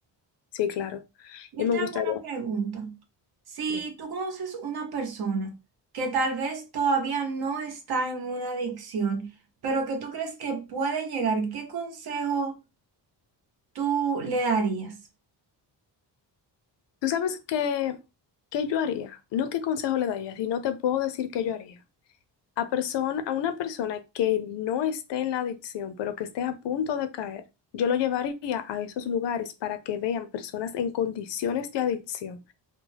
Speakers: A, on the left (about 75°); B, on the right (about 60°).
A: sí, claro.
B: Yo
A: Y me
B: te
A: gustaría...
B: hago una pregunta. Si
A: sí.
B: tú conoces una persona que tal vez todavía no está en una adicción, pero que tú crees que puede llegar, ¿qué consejo tú le darías?
A: ¿Tú sabes qué, qué yo haría? No qué consejo le daría, sino te puedo decir qué yo haría. A persona, a una persona que no esté en la adicción, pero que esté a punto de caer, yo lo llevaría a esos lugares para que vean personas en condiciones de adicción,